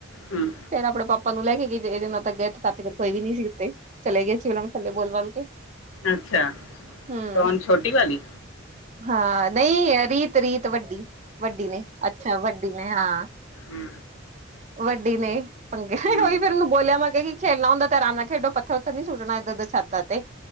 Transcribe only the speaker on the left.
ਹੂੰ
ਅੱਛਾ
ਕੌਣ ਛੋਟੀ ਵਾਲੀ
ਹੂੰ
ਹੂੰ